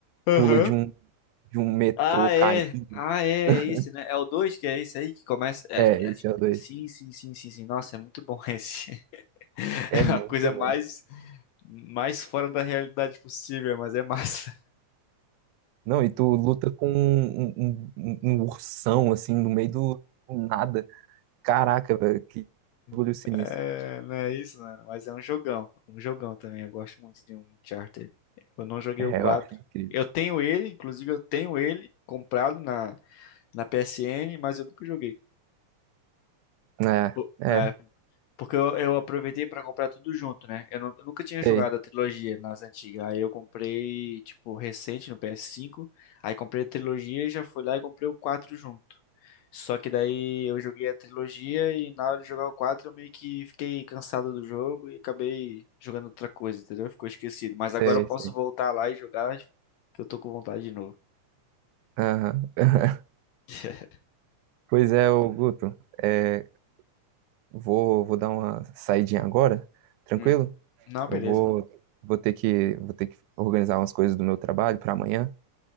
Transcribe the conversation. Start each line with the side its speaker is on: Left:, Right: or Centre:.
Left: Aham.
Right: pula de um, de um metrô
Left: Ah, é.
Right: caindo.
Left: Ah, é,
Right: <laughs>
Left: é esse, né? É o 2 que é esse aí que começa. é,
Right: É,
Left: acho que- é,
Right: esse
Left: acho-
Right: é o dois
Left: Sim, sim, sim, sim, sim. Nossa, é muito bom esse. <laughs>
Right: É muito
Left: É a coisa
Right: bom.
Left: mais, mais fora da realidade possível, mas é massa.
Right: Não, e tu luta com um, um- um- um ursão, assim, no meio do, do nada. Caraca, velho, que orgulho
Left: <laughs>
Right: sinistro.
Left: É, não é isso, mano. Mas é um jogão. Um jogão também. Eu gosto muito de um Uncharted. Eu não joguei
Right: É,
Left: o 4,
Right: eu acho incrível.
Left: Eu tenho ele, inclusive eu tenho ele comprado na, na PSN, mas eu nunca joguei.
Right: É,
Left: Pô,
Right: é,
Left: é. Porque eu, eu aproveitei pra comprar tudo junto, né? Eu, nu- eu nunca tinha jogado
Right: sei,
Left: a trilogia nas antigas. Aí eu comprei, tipo, recente no PS5. Aí comprei a trilogia e já fui lá e comprei o 4 junto. Só que daí eu joguei a trilogia e na hora de jogar o 4 eu meio que fiquei cansado do jogo e acabei jogando outra coisa, entendeu? Ficou esquecido. Mas
Right: sei,
Left: agora eu posso
Right: sei.
Left: voltar lá e jogar que eu tô com vontade de novo.
Right: Aham. <laughs>
Left: <laughs>
Right: Pois é, ô Guto, é, vou, vou dar uma saidinha agora, tranquilo?
Left: Hum. Não,
Right: Eu
Left: beleza,
Right: vou,
Left: mano.
Right: vou ter que, vou ter que organizar umas coisas do meu trabalho para amanhã,